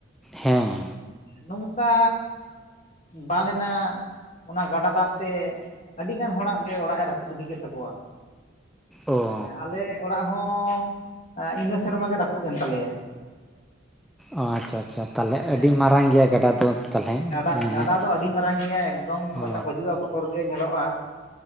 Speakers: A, in the centre; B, on the left.
A: ᱦᱩᱸ
B: ᱱᱚᱝᱠᱟ ᱵᱟᱱ ᱮᱱᱟ ᱚᱱᱟ ᱜᱟᱰᱟ ᱫᱟᱜ ᱛᱮ ᱟᱹᱰᱤ ᱜᱟᱱ ᱦᱚᱲᱟᱜ ᱜᱮ ᱚᱲᱟᱜ ᱮ ᱨᱟᱯᱩᱫ ᱤᱫᱤ ᱠᱮᱫ ᱛᱟᱠᱚᱣᱟ
A: ᱚ
B: ᱦᱮᱸ ᱟᱞᱮ ᱚᱲᱟᱜ ᱦᱚᱸ ᱤᱱᱟᱹ ᱥᱮᱨᱢᱟ ᱜᱮ ᱨᱟᱹᱯᱩᱫ ᱮᱱ ᱛᱟᱞᱮᱭᱟ
A: ᱚ ᱟᱪᱪᱷᱟ ᱟᱪᱪᱷᱟ ᱛᱟᱞᱦᱮ
B: ᱦᱮᱸ
A: ᱟᱹᱰᱤ ᱢᱟᱨᱟᱝ ᱜᱮᱭᱟ ᱜᱟᱰᱟ ᱫᱚ? ᱛᱟᱦᱚᱞᱮ ᱦᱮᱸ
B: ᱜᱟᱰᱟ, ᱜᱟᱰᱟ ᱫᱚ ᱟᱹᱰᱤ ᱢᱟᱨᱟᱝ ᱜᱮᱭᱟ ᱮᱠᱫᱚᱢ
A: ᱚ
B: ᱨᱟᱠᱟᱵ ᱦᱟᱹᱤᱡᱩᱜᱼᱟ ᱵᱚ ᱛᱚᱨ ᱜᱮ ᱧᱮᱞᱚᱜᱼᱟ